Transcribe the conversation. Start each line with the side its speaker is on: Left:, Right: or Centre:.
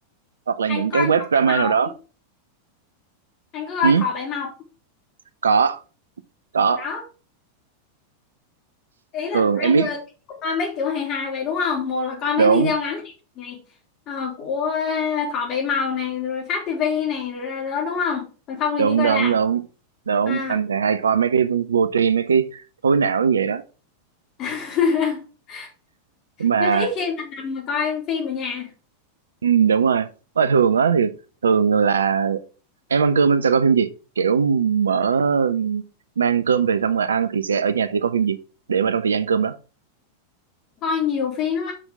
Right: hoặc là
Left: Anh
Right: những
Left: coi
Right: cái web
Left: thỏ
Right: drama
Left: bảy màu,
Right: nào đó
Left: anh có coi
Right: ừ,
Left: thỏ bảy màu
Right: có có
Left: đó. Ý là
Right: thường em
Left: anh
Right: biết
Left: là coi mấy kiểu hài hài vậy đúng không? Một là coi mấy
Right: đúng
Left: video ngắn này ờ, của thỏ bảy màu này rồi Phát TV này rồi rồi đó đúng không? Còn không thì
Right: đúng
Left: đi coi
Right: đúng
Left: rạp.
Right: đúng đúng
Left: À.
Right: anh sẽ hay coi mấy cái vô tri mấy cái thối não như vậy đó
Left: <laughs>
Right: mà
Left: Nhưng ít khi mà nằm mà coi phim ở nhà.
Right: ừ, đúng rồi mà thường á thì thường là em ăn cơm em sẽ coi phim gì kiểu mở mang cơm về xong rồi ăn thì sẽ ở nhà thì coi phim gì để mà trong thời gian cơm đó
Left: coi nhiều phim lắm